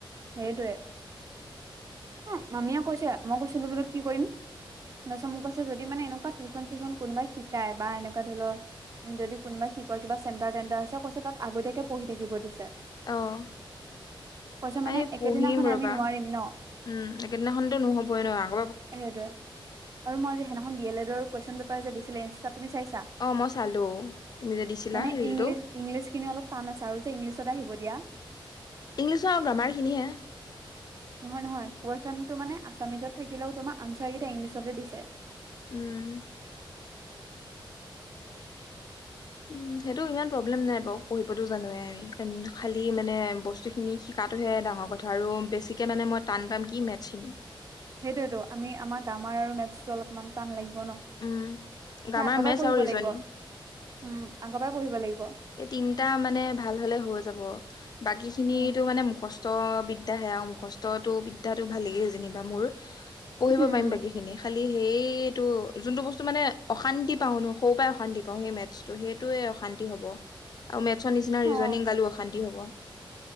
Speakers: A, on the right; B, on the left.
A: সেইটোৱে অ মামীয়ে কৈছে মই কৈছিলো বোলো কি কৰিম। তাৰপিছত মোক কৈছে যদি মানে এনেকুৱা টিউশ্যন চিউচনো কোনোবাই শিকায় বা এনেকুৱা ধৰি ল উ যদি কোনোবাই শিকোৱা কিবা চেণ্টাৰ টেণ্টাৰ আছে কৈছে তাত আগতীয়াকে পঢ়ি থাকিব দিছে।
B: অ'
A: কৈছে মানে
B: এই পঢ়িম
A: একেদিনাখনে
B: ৰবা
A: আমি নোৱাৰিম ন।
B: উম একেদিনাখনতো নহ'বই ন, আগ
A: সেইটোৱে, আৰু মই যে সেইদিনাখন ডি এল এডৰ কুৱেশচন পেপাৰ যে দিছিলে ইনষ্টাত তুমি চাইছা?
B: অ মই চালো তুমি যে দিছিলা
A: মানে
B: ৰিলটো।
A: ইংলিছ ইংলিছ খিনি অলপ টান আছে আৰু যে ইংলিছত আহিব দিয়া
B: ইংলিছৰ আৰু গ্ৰামাৰখিনিয়হে।
A: নহয় নহয়। কুৱেশনটো মানে আছামিজত থাকিলেও তোমাৰ আনচাৰকেইটা ইংলিছতে দিছে।
B: উম। উম সেইটো ইমান প্ৰব্লেম নাই বাও, পঢ়িবতো জানোৱে আমি খালি মানে বস্তু খিনি শিকাটোহে ডাঙৰ কথা আৰু বেছিকে মানে মই টান পাম কি মেথছখিনি।
A: সেইটোৱেতো আমি আমাৰ গ্ৰামাৰ আৰু মেথছটো অলপমান টান লাগিব ন।
B: উম গ্ৰামাৰ
A: সে আগৰপাই
B: মেথছ
A: পঢ়িব
B: আৰু ৰিজনিং
A: লাগিব, উম আগৰপাই পঢ়িব লাগিব।
B: এই তিনিটা মানে ভাল হলে হৈ যাব, বাকী খিনিটো
A: উম,
B: মানে মুখষ্ট <unintelligible> বিদ্যাহে আও মুখস্তটো বিদ্যাটো ভাল লাগি যেনিবা মোৰ, পঢ়িব
A: উম,
B: পাৰিম বাকী এনেই খালি সেইটো যোনটো বস্তু মানে অশান্তি পাওঁ ন সৰু পৰাই অশান্তি পাওঁ সেই মেথছ ত' সেইটোয়ে অশান্তি হব, আৰু মেথছৰ নিচিনা
A: অ',
B: ৰিজনিং গালো অশান্তি হ'ব।